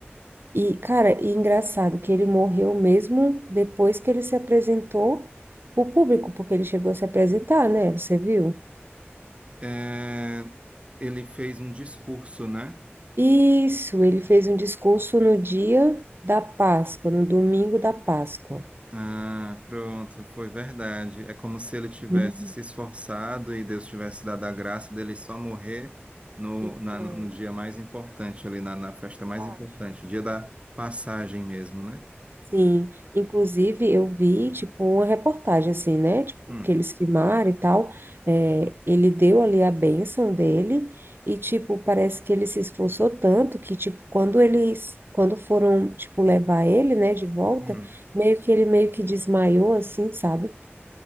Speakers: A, on the right; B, on the right.
A: e, cara, e engraçado que ele morreu mesmo depois que ele se apresentou o público, porque ele chegou a se apresentar, né, você viu?
B: É, ele fez um discurso, né?
A: Isso, ele fez um discurso no dia da Páscoa, no domingo da Páscoa.
B: Ah, pronto, foi verdade. É como se ele tivesse
A: Uhum.
B: se esforçado e Deus tivesse dado a graça dele só morrer no,
A: Então,
B: na- no dia mais importante, ali na, na festa mais
A: acho.
B: importante, dia da passagem mesmo, né?
A: Sim, inclusive eu vi, tipo, uma reportagem assim, né, tipo,
B: Hum,
A: que eles filmaram e tal, é, ele deu ali a bênção dele e, tipo, parece que ele se esforçou tanto que, tipo, quando eles, quando foram, tipo, levar ele, né, de volta,
B: hum.
A: meio que ele meio que desmaiou, assim, sabe?